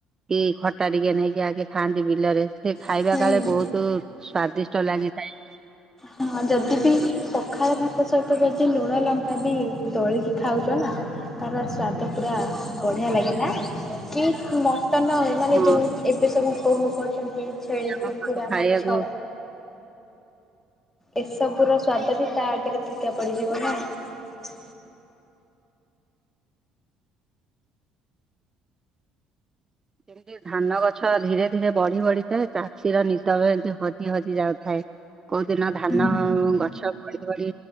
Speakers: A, on the right; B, on the left.
A: କି ଖଟା ଟିକେ ନେଇକି ଆଗେ ଖାଆନ୍ତି ବିଲରେ ସେ ଖାଇବା
B: ହୁଁ
A: କାଳେ ବହୁତୁ ସ୍ଵାଦିଷ୍ ଟ ଲାଗିଥାଏ ।
B: ହଁ ଯଦି ବି ପଖାଳ ଭାତ ସହିତ ଯଦି ଲୁଣ ଲଙ୍କା ବି ଦଳିକି ଖାଉଚ଼ ନା ତାର ସ୍ଵା ଦ ପୁରା ବଢିଆ ଲାଗେ ନା। କି ମଟନ ଏମାନେ
A: ହଁ
B: ଯୋଉ ଏବେ ସବୁ କୋହଉ କରୁଚ଼ନ୍ତି ଛେଳି,
A: ଆମ
B: କୁକୁଡ଼ା,
A: ଘରୁ ଖାଇବାକୁ
B: ମାଛ ଏ ସବୁର ସ୍ଵାଦ ବି ତା ଆଗରେ ଫିକା ପଡିଯିବ ନା ।
A: ଏମିତି ଧାନ ଗଛ ଧୀରେ ଧୀରେ ବଢି ବଢିଥାଏ। ଚାଷୀର ନିଦ ବେ ଏମତି ହଜି ହଜି ଯାଉଥାଏ । କୋଉ ଦିନ ଧାନ-ଅ-ଅ
B: ହୁଁ।
A: ଗଛ ବଢି ବଢି